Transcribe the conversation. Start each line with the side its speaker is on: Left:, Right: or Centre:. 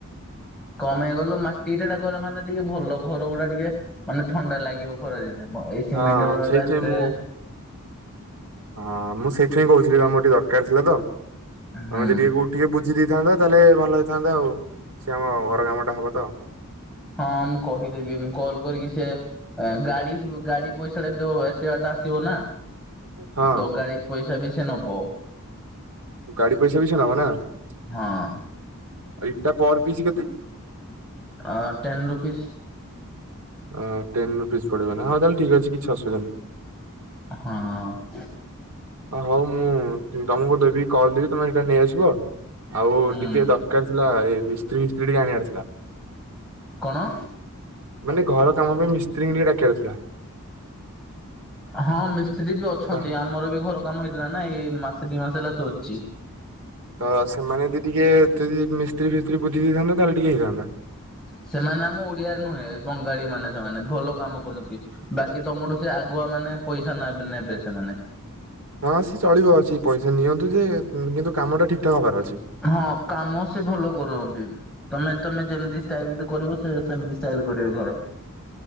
Centre: କମେଇ କଲୁ ମାଟି ଇଟା ଟା ଗଲେ ମାନେ ଟିକେ ଭଲ ଘର ଗୁଡା ଟିକେ ମାନେ ଥଣ୍ଡା ଲାଗିବ। ଖରାଦିନେ ଏଇ ସିମେଣ୍ଟର
Right: ହଁ ସେଇଥିପାଇଁ
Centre: ଟା ଏତେ
Right: ମୁଁ ହଁ ମୁଁ ସେଇଥିପାଇଁ କହୁଥିଲି ବା ମୋର ଟିକେ ଦରକାର ଥିଲା ତ।
Centre: ହୁଁ
Right: ତମେ ଯଦି ଟିକେ କୋଉଠି ଟିକେ ବୁଝି ଦେଇଥାନ୍ତ ତାହେଲେ ଭଲ ହେଇଥାନ୍ତା ଆଉ ସିଏ ଆମ ଘର କାମ ଟା ହବ ତ।
Centre: ହଁ ମୁଁ କହିଦେବି ମୁଁ କଲ କରିକି ସେ। ଗାଡି ଗାଡି ପଇସା ଟା ଦ ଏତେ ବାଟ ଆସିବ ନା।
Right: ହଁ
Centre: ତ ଗାଡି ପଇସା ବି ସେ ନବ।
Right: ଗାଡି ପଇସା ବି ସେ ନବ ନା ଆଉ
Centre: ହଁ।
Right: ଇଟା ପର ପିସ୍ କେତେ?
Centre: ଅ ଟେନ୍ ରୁପିସ୍।
Right: ଅଁ ଟେନ ରୁପିସ ପଡିବ ନା ହଁ ତାହେଲେ ଠିକ ଅଛି କିଛି ଅସୁବିଧା ନାହିଁ।
Centre: ହଁ।
Right: ହ ହଉ ମୁଁ ତମକୁ ଦେବି କଲ ଦେବି ତମେ ସେଇଟା ନେଇଆସିବ ଆଉ
Centre: ହୁଁ
Right: ଟିକେ ଦ ଦରକାର ଥିଲା ଏଇ ମିସ୍ତ୍ରୀ ଫିସ୍ତ୍ରୀ ଟିକ ଆଣିବାର ଥିଲା।
Centre: କଣ।
Right: ମାନେ ଘର କାମ ପାଇଁ ମିସ୍ତ୍ରୀଙ୍କୁ ଟିକେ ଡାକିବାର ଥିଲା।
Centre: ହଁ ମିସ୍ତ୍ରୀ ବି ଅଛନ୍ତି
Right: ତ
Centre: ଆମର ବି ଘର କାମ ହେଇଥିଲା ନା ଏଇ ମାସେ ଦି ମାସ ହେଲା ସରିଛି।
Right: ତ ସେମାନେ ଯଦି ଟିକେ ଯଦି ମିସ୍ତ୍ରୀ ଫିସ୍ତ୍ରୀ ବୁଝି ଦେଇଥାନ୍ତ ତାହେଲେ ଟିକେ ହେଇଥାନ୍ତା।
Centre: ସେମାନେ ଆମ ଓଡିଆରେ ନୁହେଁ ବଙ୍ଗାଳୀ ମାନେ ସେମାନେ ଭଲ କାମ କରନ୍ତି। ବାକି ତମଠୁ ସେ ଆଗୁଆ ମାନେ ପଇସା ନ ନେବେ ସେମାନେ।
Right: ହଁ ସିଏ ଚଳିବ ଅଛି ପଇସା ନିଅନ୍ତୁ ଯେ କିନ୍ତୁ କାମଟା ଠିକ୍ ଠାକ ହବାର ଅଛି।
Centre: ହଁ କାମ ସେ ଭଲ କରୁଛନ୍ତି। ତମେ ତମେ ଯେମିତି ଷ୍ଟାଇଲ ରେ ଦ କରିବ ସେ ସେମିତି ଷ୍ଟାଇଲ କରିବେ ଘର।